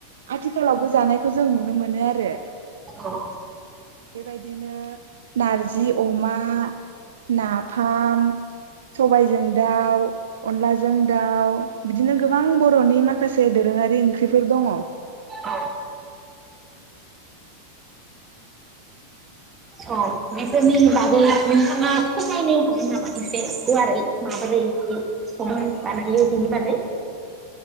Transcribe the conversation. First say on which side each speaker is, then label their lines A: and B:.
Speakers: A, on the right (about 60°); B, on the right (about 20°).
A: आथिखालावबो जानायखौ जों नुनो मोनो आरो।
B: औ
A: बेबायदिनो नारजि अमा नाफाम सबायजों दाउ अनलाजों दाउ बिदिनो गोबां बर'नि माखासे दोरोङारि ओंख्रिफोर दङ।
B: औ अ बेफोरनि बागै नोंथाङा फोरमायनो हागोन नामा एसे गुवारै माबोरै प्रब्लेम बानायो बिनि बागै।